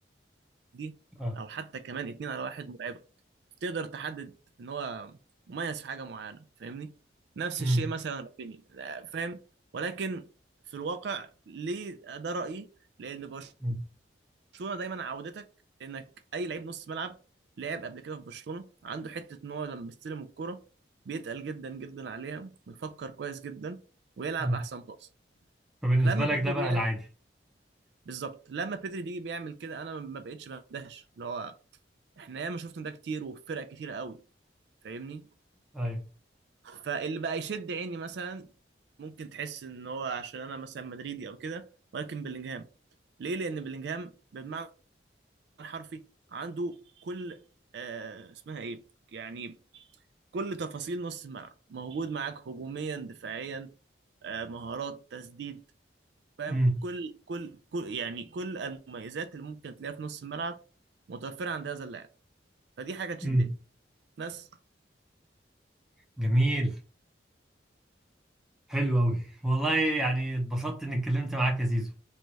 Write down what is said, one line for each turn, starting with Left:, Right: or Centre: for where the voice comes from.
Right: دي
Centre: اه
Right: او حتى كمان اتنين على واحد مرعبه تقدر تحدد ان هو مميز في حاجه معينه فاهمني نفس
Centre: امم
Right: الشيء مثلا رافينيا لا، فاهم ولكن في الواقع ليه ده رايي لان برشلونه
Centre: أمم.
Right: دايما عودتك انك اي لعيب نص ملعب لعب قبل كده في برشلونه عنده حته ان هو لما بيستلم الكره بيتقل جدا جدا عليها ويفكر كويس جدا ويلعب
Centre: أمم.
Right: احسن باص
Centre: فبالنسبة
Right: لما
Centre: لك
Right: بيدري
Centre: ده بقى
Right: بيعمل
Centre: العادي
Right: بالظبط لما بيدري بيجي بيعمل كده انا ما بقتش بندهش اللي هو احنا ياما شفنا ده كتير وفي فرق كتيرة قوي فاهمني
Centre: ايوه
Right: فاللي بقى يشد عيني مثلا ممكن تحس ان هو عشان انا مثلا مدريدي او كده ولكن بلينجهام ليه لان بلينجهام بالمعنى الحرفي عنده كل آه اسمها ايه يعني كل تفاصيل نص الملعب موجود معاك هجوميا دفاعيا آه مهارات تسديد فاهم
Centre: امم
Right: كل كل كل يعني كل المميزات اللي ممكن تلاقيها في نص الملعب متوفرة عند هذا اللاعب فدي حاجة تشدني
Centre: أمم.
Right: بس
Centre: جميل حلو قوي والله يعني اتبسطت اني اتكلمت معاك يا زيزو